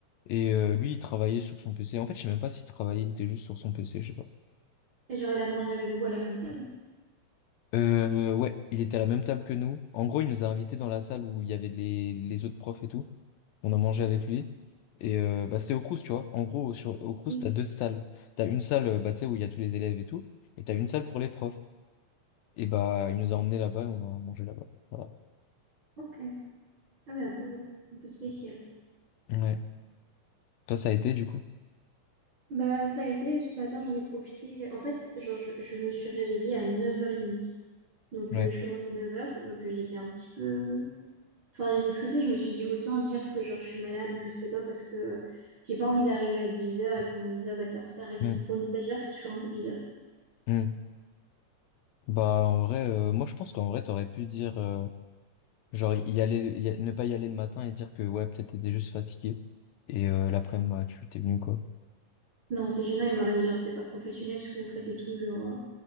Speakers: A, on the left (about 85°); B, on the right (about 35°).
A: Et euh, lui, il travaillait sur son PC. En fait, je sais même pas s'il travaillait, il était juste sur son PC, je sais pas.
B: Et genre il a mangé avec vous à la même table?
A: Euh, ouais, il était à la même table que nous. En gros, il nous a invités dans la salle où il y avait les, les autres profs et tout. On a mangé avec lui. Et euh, bah, c'était au Crous, tu vois. En gros, sur, au Crous,
B: Oui.
A: t'as deux salles. T'as une salle euh, bah, tu sais, où il y a tous les élèves et tout, et t'as une salle pour les profs. Et bah, il nous a emmenés là-bas et on a mangé là-bas. Voilà.
B: Ok. Ah oui, un peu, un peu spécial.
A: Ouais. Toi, ça a été du coup?
B: Bah ça a été, ce matin j'en ai profité. En fait, genre je, je me suis réveillée à 9h30. Donc
A: Ouais.
B: euh, je commençais à neuf heures donc euh, j'étais un petit peu Enfin, j'étais stressée, je me suis dit autant dire que genre je suis malade ou je sais pas parce que j'ai pas envie d'arriver à dix heures et qu'on me dise ah bah t'es en retard et tout.
A: Mm.
B: Pour une stagiaire, c'est toujours un peu bizarre.
A: Mm. Bah, en vrai, euh, moi, je pense qu'en vrai, t'aurais pu dire, euh, genre, y aller, y a- ne pas y aller le matin et dire que, ouais, peut-être t'étais juste fatigué. Et euh, l'après-midi, ouais, tu t'es venu, quoi.
B: Non, c'est gênant, il m'aurait dit genre c'est pas professionnel ce que vous faites et tout. Genre, euh,